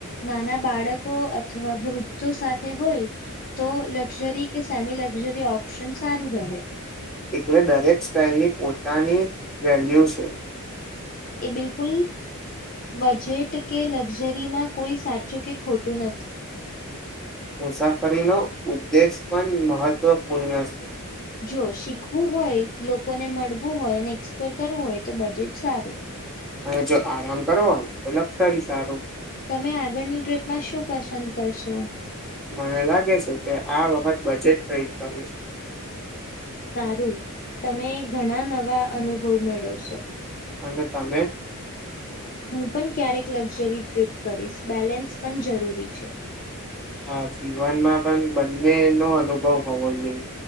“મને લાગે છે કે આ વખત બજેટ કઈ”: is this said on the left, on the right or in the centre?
Centre